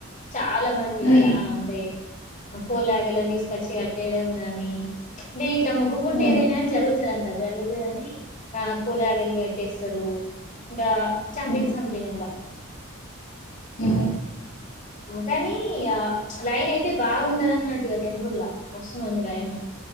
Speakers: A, on the left (about 35°); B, on the left (about 85°).
A: చాలా మంది
B: ఉమ్
A: ఇట్లా ఆ అంటే కోలాగని తీసుకొచ్చి కట్టేయడం గాని అంటే ఇట్లా మొక్కుకుంటే
B: ఉమ్ ఉమ్
A: ఏదైనా జరుగుతుదంట జరుగుతుందని ఆ కోలాగిని కట్టేస్తారు ఇంకా చంపిగ్
B: ఉమ్
A: సంపిగ్ ఇలా
B: ఉ
A: కాని లైన్ అయితే బాగుంటది అన్నట్టుక టెంపుల్లా మస్తుమంది లైన్